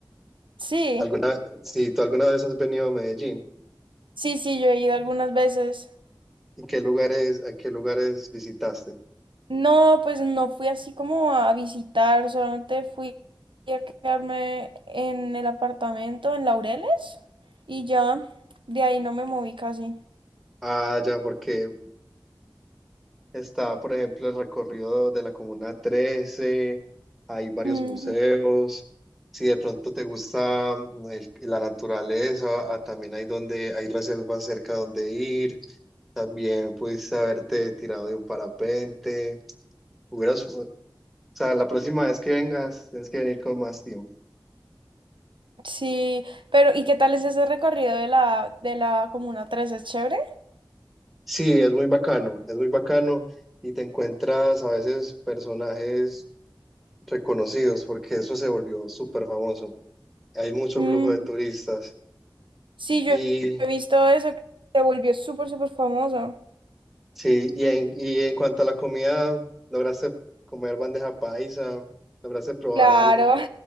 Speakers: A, on the right; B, in the centre.
A: Sí,
B: ¿Alguna, si tú alguna vez has venido a Medellín,
A: sí, sí, yo he ido algunas veces.
B: ¿y qué lugares, a qué lugares visitaste?
A: No, pues no fui así como a visitar, solamente fui a quedarme en el apartamento en Laureles y ya de ahí no me moví casi.
B: Ah, ya, porque está, por ejemplo, el recorrido de la Comuna 13, hay varios
A: Ujú.
B: museos. Si de pronto te gusta mm, el- la naturaleza, ah, también hay donde hay reservas cerca donde ir. También pudiste haberte tirado de un parapente. Hubieras, o sea, la próxima vez que vengas, tienes que venir con más tiempo.
A: Sí, pero ¿y qué tal es ese recorrido de la, de la Comuna 3? ¿Es chévere?
B: Sí, es muy bacano, es muy bacano y te encuentras a veces personajes reconocidos porque eso se volvió súper famoso. Hay mucho
A: Mm,
B: flujo de turistas
A: sí, yo
B: y
A: he visto eso, que se volvió súper, súper famoso.
B: sí, y en, y en cuanto a la comida, ¿lograste comer bandeja paisa? ¿Lograste probar
A: Claro.
B: algo?